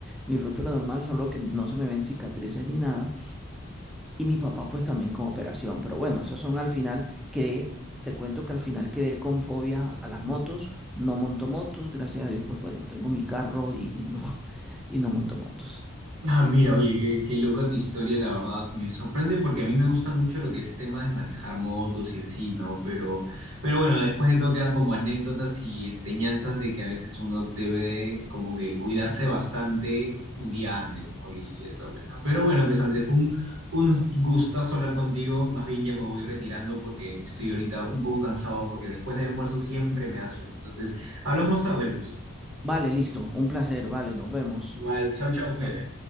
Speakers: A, in the centre; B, on the right.
A: mi ruptura normal, solo que no se me ven cicatrices ni nada. Y mi papá pues también con operación. Pero bueno, esas son al final, quedé, te cuento que al final quedé con fobia a las motos, no monto motos, gracias a Dios pues bueno, tengo mi carro y, y no, <laughs> y no monto motos.
B: Ah, mira, oye, qué, qué loca tu historia, la verdad. Me sorprende porque a mí me gusta mucho lo que es tema de manejar motos y así, ¿no? Pero, pero bueno, después de todo quedan como anécdotas y enseñanzas de que a veces uno debe de como que cuidarse bastante un día antes, ¿no? Y eso, pues, ¿no? Pero bueno, pues Andrés, fue un, un gustazo hablar contigo. Más bien ya me voy retirando porque estoy ahorita un poco cansado porque después del almuerzo siempre me da sueño. Entonces, hablamos más tarde, pues.
A: Vale, listo, un placer, vale, nos vemos.
B: Igual, chau, chau, cuídate.
A: Chao.